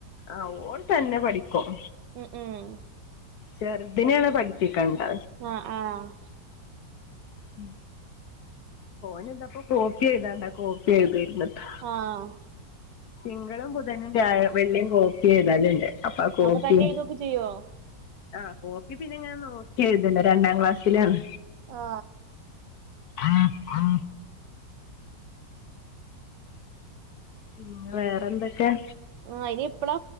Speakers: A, on the left; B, on the right.
A: ആഹ്, ഓള് തന്നെ പഠിക്കും
B: ഉം ഉം
A: ചെറുതിനിനെയാണ് പഠിപ്പിക്കേണ്ടത്
B: ആഹ് ആഹ്
A: ഉം ഓൻ താപ്പോ കോപ്പി എഴുതാണ്ട്, ആ കോപ്പി എഴുതരുന്നട്ടോ
B: ആഹ്
A: തിങ്കളും ബുധനും വ്യാഴം, വെള്ളിയിം കോപ്പി എഴുതലുണ്ട് അപ്പാ കോക്കി
B: അപ്പൊ തന്നെ എഴുതുവൊക്കെ ചെയ്യുവോ
A: ആഹ് കോപ്പി പിന്നെ ഞാൻ നോക്കി എഴുതലാ രണ്ടാം ക്ലാസ്സിലാണ്
B: ആ
A: ആ ആഹ പിന്നെ വേറെന്തൊക്കെയാ
B: ആഹ് ഇനി എപ്പളാ